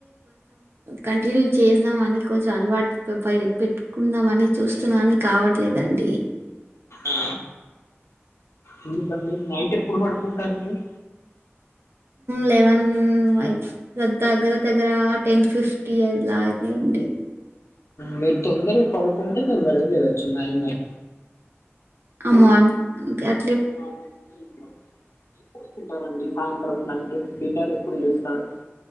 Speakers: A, on the right (about 55°); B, on the left (about 75°).
A: కంటిన్యూ చేసద్దాంమని కొంచెం అలవాటు పెట్టుకుందాం అని చూస్తున్నాని కావట్లేదండి
B: ఆ ఎందుకండి నైట్ ఎప్పుడు పడుకుంటారు మీరు
A: లెవెన్ వై దగ్గర దగ్గర టెన్ ఫిఫ్టీ అలా అవుతాయండి
B: మీరు తొందరగా పడుకుంటే తొందరగా లేయవచ్చు నైన్ నైన్
A: <unintelligible>
B: <unintelligible> సాయంత్రం నైట్ డిన్నర్ ఎప్పుడు చేస్తారు